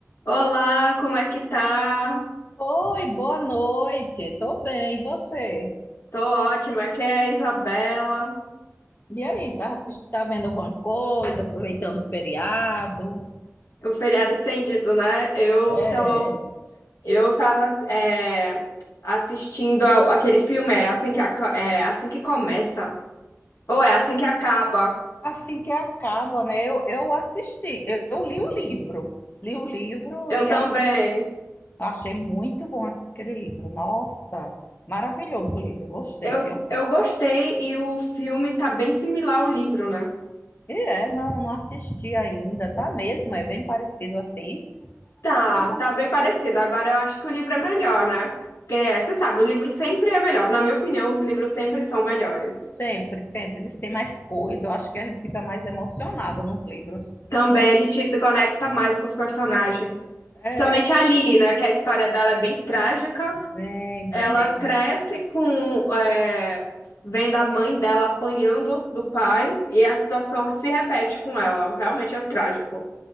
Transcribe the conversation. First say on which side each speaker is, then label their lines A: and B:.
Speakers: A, on the left (about 65°); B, on the left (about 40°).
A: Olá, como é que tá?
B: Oi, boa noite. Tô bem, e você?
A: Tô ótima, aqui é a Isabela.
B: E aí, tá, assist- tá vendo alguma coisa, aproveitando o feriado?
A: O feriado estendido, né? Eu
B: É,
A: tô, eu tava é, assistindo a- aquele filme, é assim que, aca- é assim que começa, ou é assim que acaba.
B: assim que acaba, né? Eu, eu assisti, eu, eu li o livro. Li o livro
A: Eu
B: e
A: também.
B: ass- achei muito bom aquele livro. Nossa, maravilhoso o livro, gostei,
A: Eu,
B: viu?
A: eu gostei e o filme tá bem similar ao livro, né?
B: E é, não, não assisti ainda, tá mesmo? É bem parecido assim.
A: Tá,
B: Que bom.
A: tá bem parecido. Agora eu acho que o livro é melhor, né? Porque você sabe, o livro sempre é melhor. Na minha opinião, os livros sempre são melhores.
B: Sempre, sempre. Eles têm mais coisa, eu acho que a gente fica mais emocionada nos livros.
A: Também a gente se conecta mais com os personagens.
B: É,
A: Principalmente a Lily, né? Que a história dela é bem trágica.
B: bem,
A: Ela
B: bem mesmo.
A: cresce com... é, vendo a mãe dela apanhando do pai. E a situação se repete com ela. Realmente é trágico.